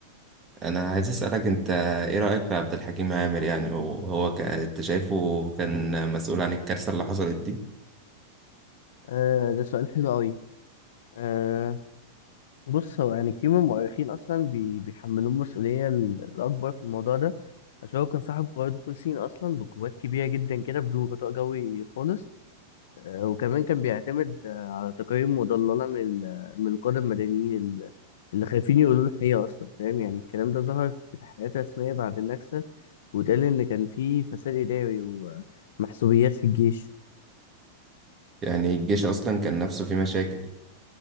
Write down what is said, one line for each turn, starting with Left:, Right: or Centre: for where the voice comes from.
Right: أنا عايز أسألك أنت إيه رأيك في عبد الحكيم عامر يعني وهو ك- أنت شايفه كان مسؤول عن الكارثة اللي حصلت دي؟
Left: آه ده سؤال حلو قوي آه بص هو يعني كتير من المؤرخين اصلا بي بيحملوه المسؤوليه ال- الاكبر في الموضوع ده عشان هو كان صاحب قوات دخول سين اصلا بقوات كبيره جدا كده بدون غطاء جوي خالص آه، وكمان كان بيعتمد آه، على تقارير مضللة من ال- من القادة المدنيين ال- اللي خايفين يقولوا الحقيقة أصلا فاهم يعني الكلام ده ظهر في تحقيقات رسمية بعد النكسة واتقال إن كان في فساد إداري ومحسوبيات في الجيش
Right: يعني الجيش أصلا كان نفسه فيه مشاكل